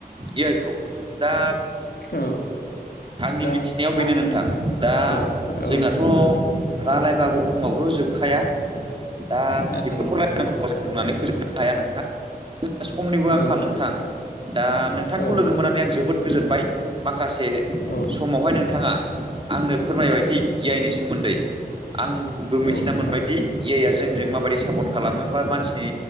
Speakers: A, on the right; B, on the left.
A: ए आइ खौ दा
B: औ
A: आंनि
B: दा
A: मिथिनायाव बेनो
B: आं
A: नोंथां दा
B: औ औ
A: जोंनाथ'
B: नंगौ नोंथां
A: रायलायबाबो बुंबाबो जोबखाया दा
B: नंगौ
A: बेफोरखौ रायलायनांगौ
B: नंगौ
A: बुंनानै फोजोबनो हाया नों थां समनिबो आंखाल
B: औ नंगौ
A: नोंथां दा नोंथांखौ
B: औ
A: लोगो
B: नंगौ
A: मोननानै आं जोबोद गोजोनबाय माखासे
B: औ
A: समावहाय नोंथाङा आंनो फोरमायबाय दि ए आइनि सम सोमोन्दै आंबो
B: नंगौ
A: मिथिना
B: नोंथां
A: मोनबायदि ए आइआ जोंजों माबायदि सापर्ट खालामो बा मानसिनि